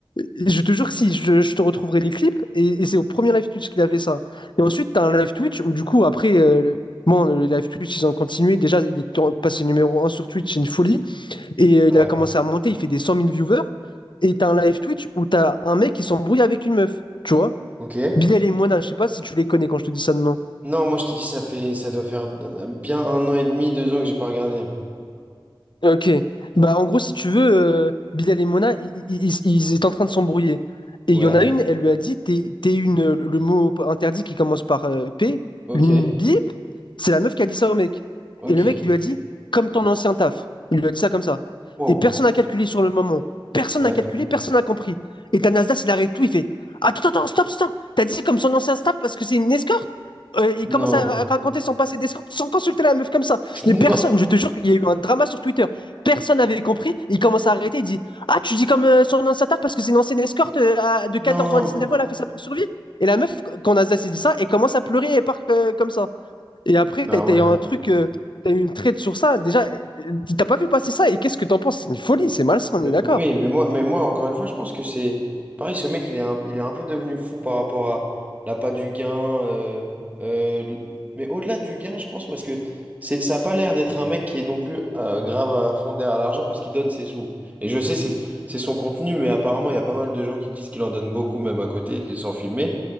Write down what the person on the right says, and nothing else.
Ouais.
Ok.
Non, moi je t'ai dit, ça fait, ça doit faire bien un an et demi, deux ans que j'ai pas regardé.
Ouais.
Ok,
ok.
Wow.
Ouais.
Non.
<laughs>
Non.
Non.
Ah
ouais.
Euh,
Oui, mais moi, mais moi, encore une fois, je pense que c'est pareil. Ce mec, il est un, il est un peu devenu fou par rapport à l'appât du gain. euh, euh, l- mais au-delà du gain, je pense, parce que c'est, ça a pas l'air d'être un mec qui est non plus euh, grave à fond derrière l'argent parce qu'il donne ses sous. Et je sais, c'est, c'est son contenu, mais apparemment, il y a pas mal de gens qui disent qu'il en donne beaucoup, même à côté, et sans filmer.